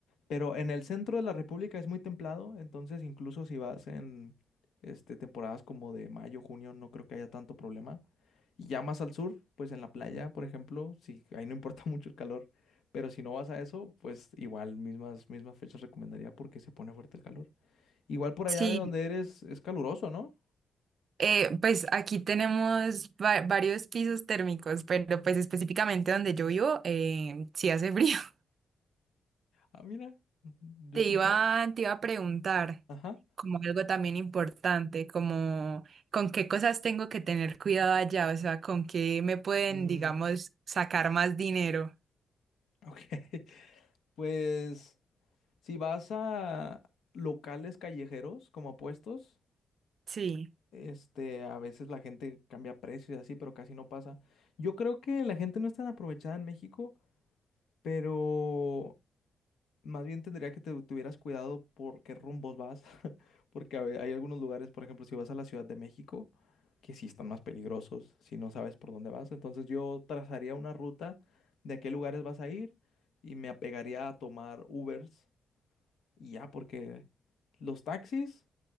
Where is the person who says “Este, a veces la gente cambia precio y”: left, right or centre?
Left